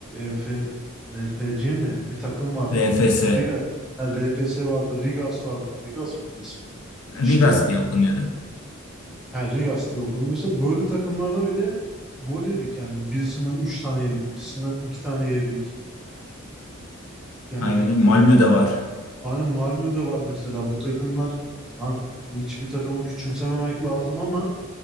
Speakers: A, in the centre; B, on the left.
A: RF RFC mi? Bir takım vardı
B: RFS.
A: böyle. Riga, ha, RFS vardı, Rigas vardı. Rigas mıydı ismi? İşte
B: Ligas diye okunuyordu.
A: Ha, Rigas diye okunuyor. Mesela böyle takımlarda bile gol yedik yani. Birisinden 3 tane yedik, birisinden 2 tane yedik. Yani
B: Aynen öyle. Malmö'de
A: e,
B: var.
A: aynı Malmö'de var mesela bu takımlar tam hiçbir takımı küçümsememek lazım ama